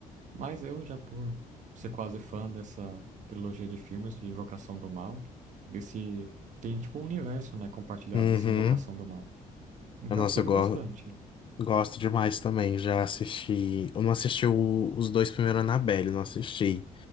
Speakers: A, on the right (about 55°); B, on the left (about 35°).
A: Mas eu já por ser quase fã dessa trilogia de filmes de Invocação do Mal, desse tem tipo um universo, né, compartilhado
B: Uhum.
A: desse Invocação do Mal. Então
B: Nossa,
A: eu curto
B: eu go-
A: bastante.
B: gosto demais também. Já assisti. Eu não assisti o- os dois primeiros Annabelle, não assisti.